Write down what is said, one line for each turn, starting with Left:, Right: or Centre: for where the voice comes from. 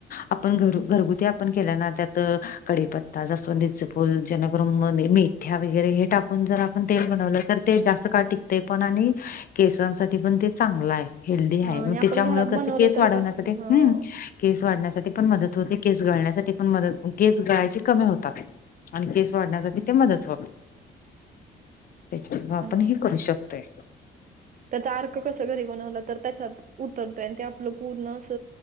Left: आपण घर, घरगुती आपण केल्या ना,, त्यात कडीपत्ता, जास्वंदीच फुल, जेणेकरून मीऽ ह्या, वगैरे हे टाकून जराऽ तेल बनवलं तर ते जास्त काळ टिकतय पण,, आणि केसांसाठी पण ते चांगलं आय. हेल्दी आय,,
Right: आणि
Left: मग
Right: आपण
Left: त्याच्यामुळ
Right: घरात
Left: कसं
Right: बनवलं
Left: केस
Right: तर
Left: वाढवण्यासाठी,,
Right: कसं ह
Left: हं,, केस वाढण्यासाठी पण मदत होते, केस गळण्यासाठी पण मदत, केस गळायची कमी होतात. आणि केस वाढण्यासाठी ते मदत होतय,, त्याच्या, आपण
Right: हो
Left: हे करू शकतोय.
Right: त्याचा अर्क कस, घरी बनवला तर त्याच्यात,, उतरतोय, आणि ते आपलं पूर्णऽ स,